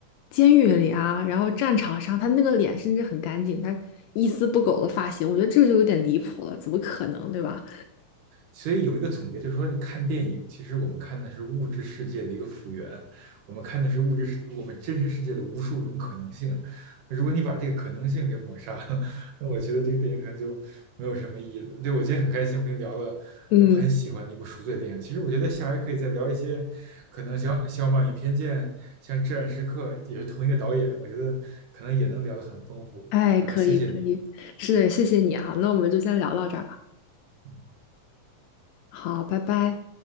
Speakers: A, on the left; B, on the right.
A: 监狱里啊，然后战场上，他那个脸甚至很干净，他一丝不苟的发型，我觉得这就有点离谱了，怎么可能，对吧？
B: 所以有一个总结，就是说，你看电影，其实我们看的是物质世界的一个复原，我们看的是物质世，我们真实世界的无数种可能性。如果你把这个可能性给抹杀了，那我觉得这个电影可能就没有什么意义了。对，我今天很开心，我跟你聊了咱们很喜欢的一部赎罪电影。
A: 嗯，
B: 其实我觉得下回可以再聊一些，可能像《傲慢与偏见》、像《至暗时刻》，也是同一个导演，我觉得可能也能聊得很丰富。
A: 哎，
B: 然后谢谢你，
A: 可以可以，是的，谢谢你哈，那我们就先聊到这儿吧。
B: 嗯。
A: 好，拜拜。